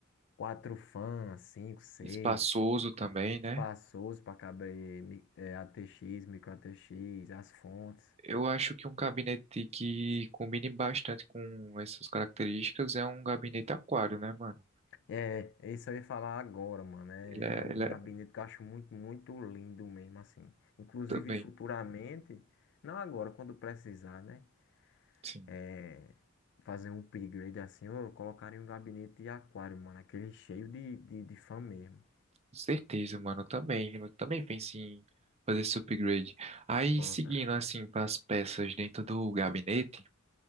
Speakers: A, on the left; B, on the right.
A: quatro fãs, cinco, seis.
B: espaçoso também, né?
A: espaçoso para caber mi- é, ATX, micro ATX, as fontes.
B: Eu acho que um gabinete que combine bastante com essas características é um gabinete aquário, né, mano?
A: É, isso eu ia falar agora, mano. É,
B: Ele é,
A: é um
B: ele
A: do
B: é
A: gabinete que eu acho muito, muito lindo mesmo, assim. Inclusive,
B: também,
A: futuramente, não agora, quando precisar, né?
B: sim.
A: É, Fazer um upgrade assim, eu colocaria um gabinete de aquário, mano. Aquele cheio de, de, de fã mesmo.
B: Com certeza, mano. Eu também, eu também pensei em fazer esse upgrade. Aí,
A: Colocaria.
B: seguindo, assim, para as peças dentro do gabinete.